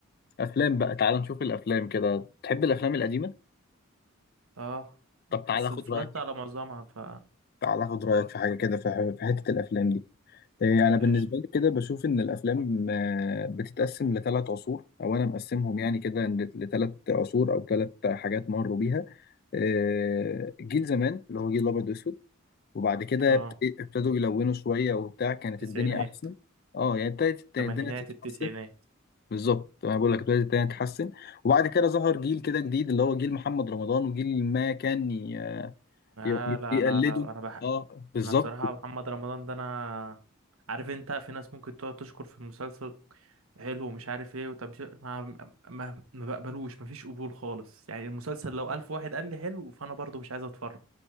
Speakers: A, on the left; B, on the right.
A: افلام بقى تعال نشوف الافلام كده تحب الافلام القديمه
B: اه
A: طب تعال
B: بس
A: اخد
B: اتفرجت
A: رايك
B: على معظمها ف
A: تعال اخد رايك في حاجه كده في ح- في حته الافلام دي إيه، انا بالنسبه
B: ايش
A: لي كده بشوف ان الافلام آه، بتتقسم لثلاث عصور او انا مقسمهم يعني كده لثلاث عصور او ثلاث حاجات مروا بيها آه، جيل زمان اللي هو جيل الابيض واسود وبعد كده
B: اه
A: ابت- ابتدوا يلونوا شويه وبتاع كانت
B: تسعينات
A: الدنيا احسن اه يعني ابتدت الدنيا
B: الثمانينات
A: تتحسن
B: التسعينات
A: بالظبط انا بقول لك ابتدت الدنيا تتحسن وبعد كده ظهر جيل كده جديد اللي هو جيل محمد رمضان وجيل ما كان ي-
B: آه
A: ي-
B: لا
A: يقلده
B: لا لا انا بح...
A: اه بالظبط
B: انا بصراحة محمد رمضان ده انا عارف انت في ناس ممكن تقعد تشكر في المسلسل حلو ومش عارف ايه وتمشي ما ما, ما بقبلوش مفيش قبول خالص يعني المسلسل لو الف واحد قال لي حلو فانا برضو مش عايز اتفرج